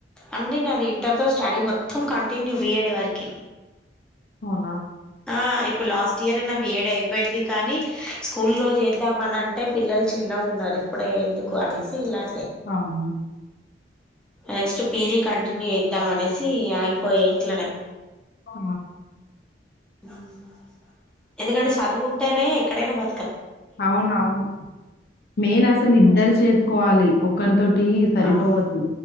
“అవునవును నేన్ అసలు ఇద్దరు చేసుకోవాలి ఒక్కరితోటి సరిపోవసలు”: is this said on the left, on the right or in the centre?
Left